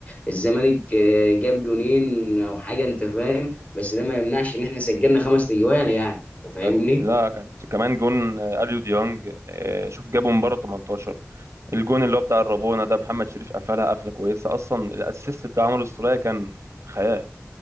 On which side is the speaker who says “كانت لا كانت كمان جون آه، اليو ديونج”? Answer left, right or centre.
Right